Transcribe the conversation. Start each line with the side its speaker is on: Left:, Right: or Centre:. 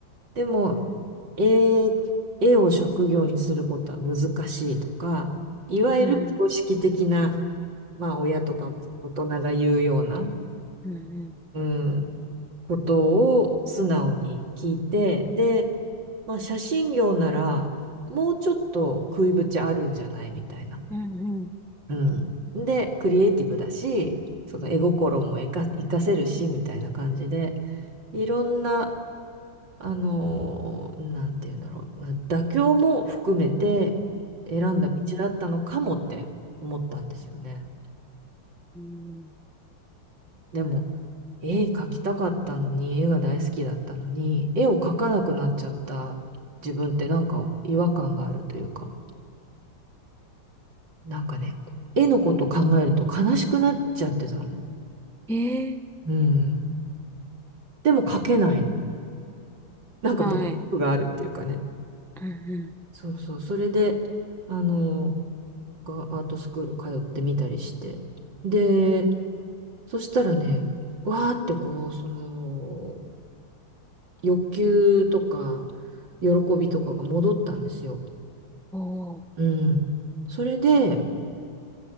Right: でも、絵、絵を職業にすることは難しいとか、いわゆる常識的な、
Centre: うん。
Right: まあ、親とか大人が言うような、
Centre: うん。
Right: うん、ことを素直に聞いて、で、まあ、写真業なら、もうちょっと食いぶちあるんじゃないみたいな。
Centre: うん。
Right: うん。で、クリエイティブだし、その絵心も活か、活かせるし、みたいな感じで、いろんな、あのーなんて言うんだろう、妥協も含めて選んだ道だったのかもって思ったんですよね。
Centre: うん。うん。
Right: でも、絵描きたかったのに、絵が大好きだったのに、絵を描かなくなっちゃった自分ってなんか違和感があるというか、なんかね、絵のこと考えると悲しくなっちゃってたの。
Centre: ええ
Right: うん。でも描けないの。なんかブロックがあるっていうかね。
Centre: ーはい。うんうん。
Right: そうそう。それで、あの、がアートスクール通ってみたりして。で、そしたらね、わーってこう、その、欲求とか、喜びとかが戻ったんですよ。
Centre: おー。
Right: うん。それで、